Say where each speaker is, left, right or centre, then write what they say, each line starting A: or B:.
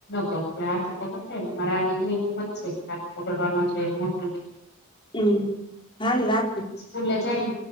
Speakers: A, on the left; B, on the left.
A: ગમતું હાથી ને મારાની હિંમત છે. હાથ બગડવાનો મોટ
B: હમ હાલ રાખું
A: સ્કૂલલે જાયને